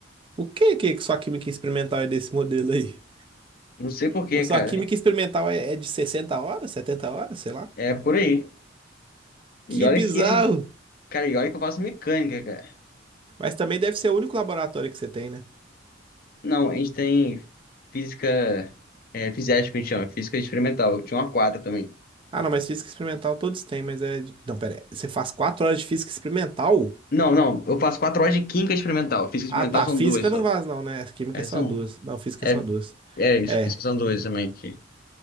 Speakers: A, on the right; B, on the left.
A: O que que sua química experimental é desse modelo aí?
B: Não sei por quê,
A: Pô, Sua
B: cara.
A: química experimental é, é de 60 horas, 70 horas, sei lá.
B: É por aí. E
A: Que
B: olha
A: bizarro!
B: que, cara, e olha que eu faço mecânica, cara.
A: Mas também deve ser o único laboratório que você tem, né?
B: Não, a gente tem física, é, fisiética, que a gente chama, física experimental, de um a quatro também.
A: Ah, não, mas física experimental todos têm, mas é. de- Não, pera, aí. você faz 4 horas de física experimental?
B: Não, não. Eu faço quatro horas de química experimental. Física experimental
A: Ah, tá.
B: são
A: Física
B: duas só.
A: não vaza, não, né? Química
B: É,
A: é só
B: são.
A: duas. Não, física
B: É,
A: é só duas.
B: é isso,
A: É.
B: que são duas também aqui.